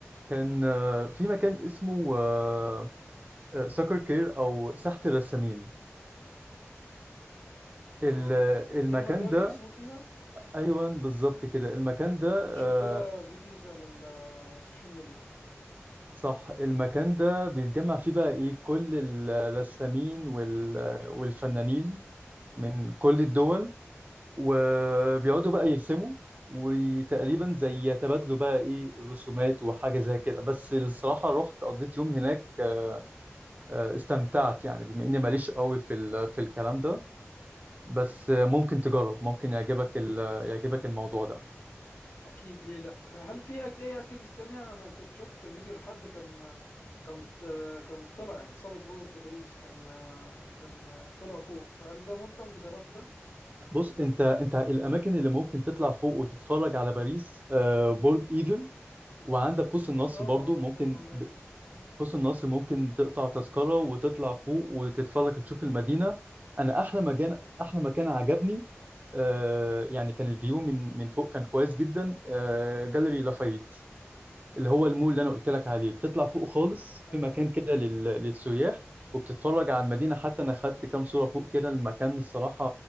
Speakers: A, on the right; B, on the left.
A: كان آه، في مكان اسمه آه، آه، ساكر كير او ساحة الرسامين ال-
B: اه كنت
A: المكان
B: لما بيقعدوا
A: ده
B: يرسموا فيها
A: ايوان بالظبط كده المكان ده
B: كنت شفت
A: آه،
B: لها فيديوز على ال- على السوشيال ميديا
A: صح المكان ده بيتجمع فيه بقى ايه كل الرسامين وال- والفنانين من كل الدول وبيقعدوا بقى يرسموا وتقريبا زي يتبادلوا بقى ايه الرسومات وحاجة زي كده بس الصراحة رحت قضيت يوم هناك آه، آه، استمتعت يعني بما اني ماليش قوي في ال- في الكلام ده بس ممكن تجرب ممكن يعجبك ال... يعجبك الموضوع ده
B: اكيد ليه لا هل في أكت... اي اكتيفيست تانية انا أنا كنت شفت فيديو لحد كان كان كان طلع يعني تسلق برج باريس كان كان طلع فوق فهل ده ممتع انت جربت ده
A: بص انت انت الاماكن اللي ممكن تطلع فوق وتتفرج على باريس آه، برج ايفل وعندك قوس النصر
B: اه
A: برضو
B: ما هو
A: ممكن
B: الكلام عن ده
A: ب- قوس النصر ممكن تقطع تذكرة وتطلع فوق وتتفرج تشوف المدينة انا احلى مكان احلى مكان عجبني آه، يعني كان الفيو من من فوق كان كويس جدا آه، جاليري لافايت اللي هو المول اللي انا قلت لك عليه بتطلع فوق خالص
B: ايوه
A: في مكان كده لل... للسياح وبتتفرج على المدينه حتى انا خدت كام صوره فوق كده المكان الصراحه